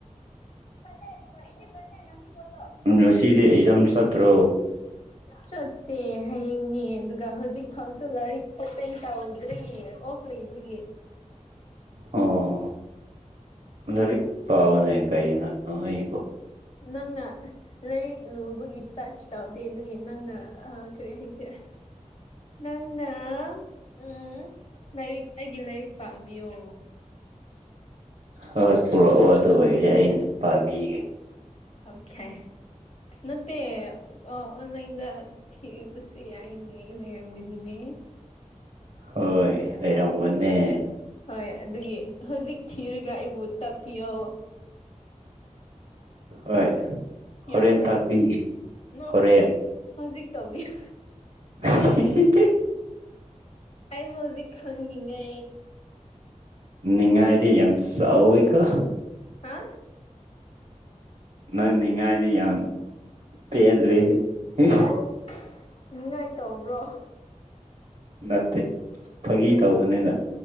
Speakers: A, on the left (about 60°); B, on the right (about 65°).
A: <unintelligible>
B: ꯉꯁꯤꯗꯤ ꯏꯛꯖꯥꯝ ꯆꯠꯇ꯭ꯔꯣ
A: ꯆꯠꯇꯦ ꯍꯌꯦꯡꯅꯤ ꯑꯗꯨꯒ ꯍꯧꯖꯤꯛ ꯐꯥꯎꯁꯨ ꯂꯥꯏꯔꯤꯛ ꯑꯣꯄꯦꯟ ꯇꯧꯗ꯭ꯔꯤ ꯑꯣ ꯂꯩꯕꯒꯤ
B: ꯑꯣ ꯂꯥꯔꯤꯛ ꯄꯥꯑꯣꯅꯦ ꯀꯩꯅꯣ ꯅꯣꯏꯕꯣ
A: ꯅꯪꯅ ꯂꯩꯔꯤꯛ ꯂꯨꯕꯒꯤ ꯇꯆ ꯇꯧꯗꯦ ꯗꯨꯒꯤ ꯅꯪꯅ ꯑ ꯀꯔꯤ ꯍꯥꯏꯁꯦꯔꯥ ꯅꯪꯅꯥ ꯎꯡ ꯂꯩꯔꯤꯛ ꯑꯩꯒꯤ ꯂꯩꯔꯤꯛ ꯄꯥꯕꯤꯌꯣ
B: ꯍꯣꯏ ꯄꯨꯔꯛꯑꯣ ꯑꯗꯨ ꯑꯣꯏꯔꯗꯤ ꯑꯩꯅ ꯄꯥꯕꯤꯒꯦ
A: ꯑꯣꯈꯦ ꯅꯠꯇꯦ ꯑꯣ ꯑꯣꯟꯂꯥꯏꯟꯗ ꯊꯤꯕꯁꯨ ꯌꯥꯏꯅꯦ ꯂꯩꯔꯝꯒꯅꯤꯅꯦ
B: ꯍꯣꯏ ꯂꯩꯔꯝꯒꯅꯦ
A: ꯍꯣꯏ ꯑꯗꯨꯒꯤ ꯍꯨꯖꯤꯛ ꯊꯤꯔꯒ ꯑꯩꯕꯨ ꯇꯥꯛꯄꯤꯌꯣ
B: ꯍꯣꯏ ꯍꯣꯔꯦꯟ
A: ꯌꯥꯕ꯭ꯔꯥ
B: ꯇꯥꯛꯄꯤꯒꯦ
A: ꯅ
B: ꯍꯣꯔꯦꯟ
A: ꯍꯧꯖꯤꯛ ꯍꯧꯖꯤꯛ ꯇꯧꯕꯤꯌꯨ
B: <inaudible>
A: ꯑꯩ ꯍꯧꯖꯤꯛ ꯈꯪꯅꯤꯡꯉꯦ
B: ꯅꯤꯡꯉꯥꯏꯗꯤ ꯌꯥꯝ ꯆꯥꯎꯋꯦꯀꯣ
A: ꯍꯥ
B: ꯅꯪ ꯅꯤꯡꯉꯥꯏꯗꯤ ꯌꯥꯝ ꯄꯦꯜꯂꯦ <unintelligible>
A: ꯍꯦꯛ ꯅꯤꯉꯥꯏ ꯇꯧꯕ꯭ꯔꯣ
B: ꯅꯠꯇꯦ ꯐꯥꯒꯤ
A: ꯑꯦ
B: ꯇꯧꯕꯅꯤꯅ